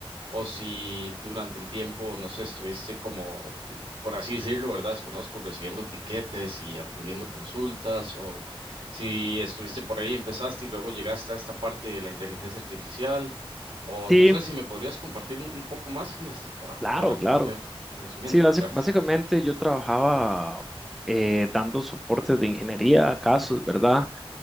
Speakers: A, on the right (about 65°); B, in the centre.
A: o si durante el tiempo, no sé, estuviste como, por así decirlo, ¿verdad? Desconozco, recibiendo tiquetes y atendiendo consultas o si estuviste por ahí, empezaste y luego llegaste a esta parte de la inteligencia artificial o
B: Sí,
A: no sé si me podrías compartir un, un poco más, Inés, para,
B: Claro,
A: para yo
B: claro.
A: tener conocimiento.
B: Sí, basi-
A: Gracias.
B: básicamente yo trabajaba eh, dando soporte de ingeniería a casos, ¿verdad?